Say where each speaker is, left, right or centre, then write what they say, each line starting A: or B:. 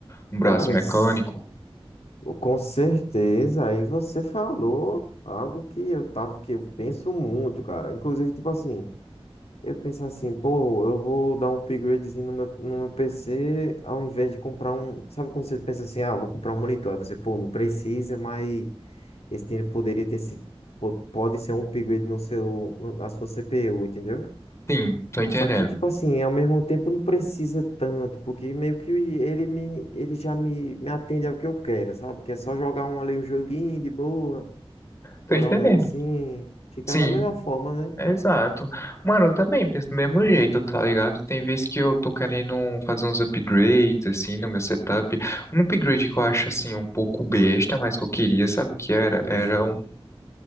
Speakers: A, on the left; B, on the left.
A: um braço
B: caras
A: mecânico.
B: Com certeza, aí você falou algo que eu tava, que eu penso muito, cara. Inclusive, tipo assim, eu penso assim, pô, eu vou dar um upgradezinho no meu, no meu PC, ao invés de comprar um. Sabe quando você pensa assim, ah, vou comprar um monitor? Aí você, pô, não precisa, mas esse dinheiro poderia ter sido. po- Pode ser um upgrade no seu, no- na sua CPU, entendeu?
A: Sim, tô entendendo.
B: Só que, tipo assim, ao mesmo tempo não precisa tanto, porque meio que ele, me, ele já me, me atende ao que eu quero, sabe? Que é só jogar um ali, um joguinho de boa,
A: Tô
B: jogar
A: entendendo.
B: um negocinho, ficar
A: Sim,
B: da melhor forma, né?
A: Exato. Mano, eu também penso do mesmo jeito, tá ligado? Tem vezes que eu tô querendo um, fazer uns upgrades, assim, no meu setup. Um upgrade que eu acho, assim, um pouco besta, mas que eu queria, sabe o que era?
B: Sim,
A: Era
B: sim.
A: um,